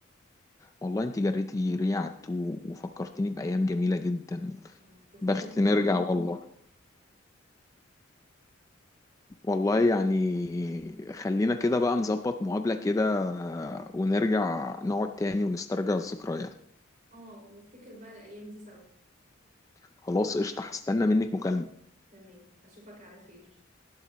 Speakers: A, on the left; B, on the right.
A: والله انت جريتي ريعة عدت و- وفكرتيني بأيام جميلة جدا
B: اه الطفولة
A: بخت
B: دي ما
A: نرجع
B: تت-
A: والله والله يعني خلينا كده بقى نظبط مقابلة كده ونرجع نقعد تاني ونسترجع الذكريات
B: اه ونفتكر بقى الأيام دي سوا
A: خلاص قشطة هستنى منك مكالمة
B: تمام أشوفك على خير